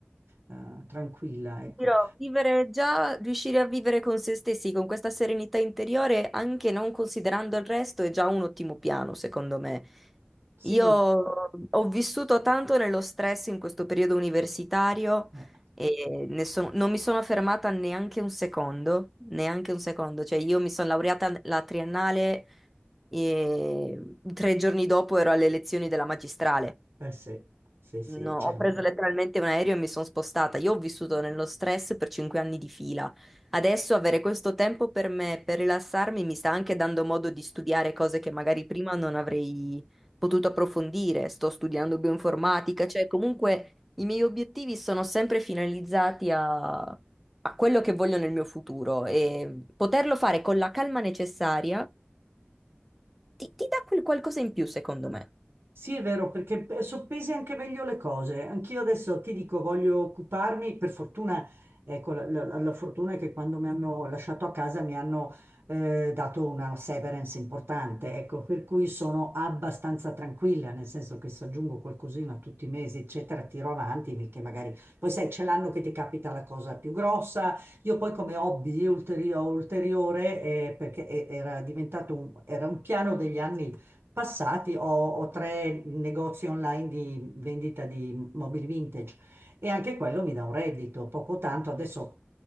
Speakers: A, on the right; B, in the centre.
A: eh, tranquilla, ecco.
B: Dirò, vivere già, riuscire a vivere con se stessi, con questa serenità interiore, anche non considerando il resto, è già un ottimo piano, secondo me.
A: Sì,
B: Io ho vissuto tanto nello stress in questo periodo universitario
A: eh,
B: e ne sono- non mi sono fermata neanche un secondo, neanche un secondo. Cioè, io mi sono laureata la triennale e tre giorni dopo ero alle lezioni della magistrale.
A: eh sì, sì, sì,
B: No,
A: c'è
B: ho
A: un...
B: preso letteralmente un aereo e mi sono spostata. Io ho vissuto nello stress per cinque anni di fila. Adesso avere questo tempo per me, per rilassarmi, mi sta anche dando modo di studiare cose che magari prima non avrei potuto approfondire. Sto studiando bioinformatica, cioè comunque i miei obiettivi sono sempre finalizzati a, a quello che voglio nel mio futuro e poterlo fare con la calma necessaria ti, ti dà quel qualcosa in più, secondo me.
A: Sì, è vero, perché eh, soppesi anche meglio le cose. Anch'io adesso ti dico, voglio occuparmi, per fortuna, ecco, la, la- la fortuna è che quando mi hanno lasciato a casa mi hanno eh, dato una severance importante, ecco, per cui sono abbastanza tranquilla, nel senso che se aggiungo qualcosina tutti i mesi, eccetera, tiro avanti, perché magari poi sai, c'è l'anno che ti capita la cosa più grossa. Io poi come hobby ulterio- ulteriore, eh, perché e- era diventato un, era un piano degli anni passati ho, ho tre negozi online di vendita di mobili vintage e anche quello mi dà un reddito, poco tanto. Adesso